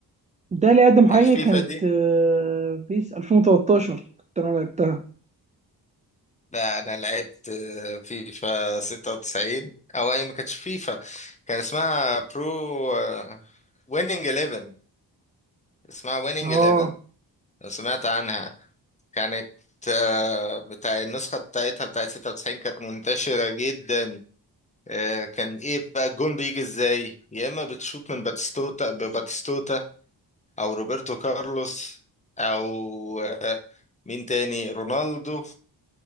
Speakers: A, on the right (about 20°); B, on the left (about 15°).
A: ده اللي اقدم حاجه
B: الفيفا
A: كانت
B: دي
A: آه، بيس 2013 كنت انا لعبتها
B: لا انا لعبت آه، فيفا 96 او هي ما كانتش فيفا كان اسمها برو ويننج 11 اسمها ويننج
A: اه
B: 11 لو سمعت عنها كانت آه، بتاع النسخة بتاعتها بتاعت 96 كانت منتشرة جدا آه، كان ايه بقى الجون بيجي ازاي يا اما بتشوط من باتستوتا بباتستوتا او روبرتو كارلوس او آه، مين تاني رونالدو